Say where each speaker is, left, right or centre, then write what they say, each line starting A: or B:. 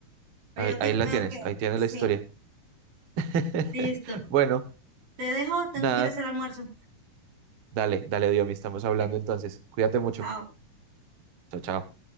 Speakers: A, on the right (about 80°); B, on the right (about 65°).
A: Pero
B: Ahí,
A: yo que
B: ahí
A: creo
B: la tienes,
A: que
B: ahí tienes
A: sí.
B: la historia. <laughs>
A: Listo.
B: Bueno,
A: Te dejo, tengo
B: nada,
A: que ir a hacer almuerzo.
B: dale, dale, Diomi, estamos hablando
A: Que-
B: entonces. Cuídate mucho.
A: Chao.
B: Chao, chao.